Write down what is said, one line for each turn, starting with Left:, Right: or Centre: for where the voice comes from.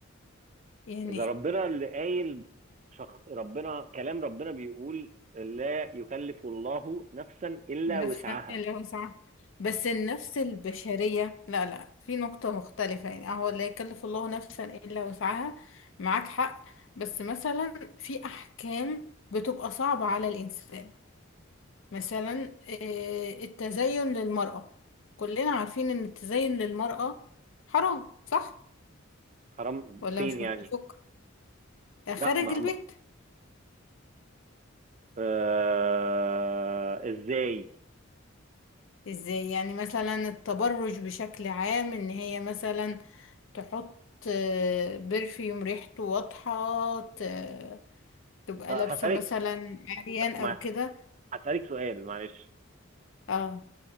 Left: يعني
Right: اذا ربنا اللي قايل شخ... ربنا كلام ربنا بيقول لا يكلف الله نفسا الا
Left: نفس
Right: وسعها
Left: لو سمحت بس النفس البشرية لا لا في نقطة مختلفة يعني هو لا يكلف الله نفسا إلا وسعها معاك حق بس مثلا في أحكام بتبقى صعبة على الإنسان مثلا آه، التزين للمرأة كلنا عارفين ان التزين للمرأة حرام صح
Right: حرام
Left: ولا
Right: فين
Left: مش
Right: يعني
Left: متفق آه، خارج
Right: لا ما...
Left: البيت
Right: ما... آه... ازاي
Left: ازاي يعني مثلا التبرج بشكل عام ان هي مثلا تحط آه، برفيوم ريحته واضحة ت- تبقى
Right: طب
Left: لابسة
Right: هسألك
Left: مثلا عريان او
Right: مع...
Left: كده
Right: هسألك سؤال معلش
Left: اه